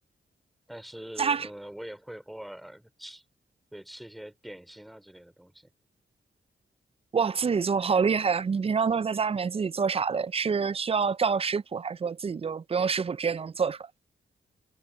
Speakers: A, in the centre; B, on the right (about 30°).
A: 但是，
B: 家常
A: 嗯、我也会偶尔吃，对，吃一些点心啊之类的东西。
B: 哇，自己做好厉害啊！你平常都是在家里面自己做啥的？是需要照食谱，还是说自己就不用食谱直接能做出来？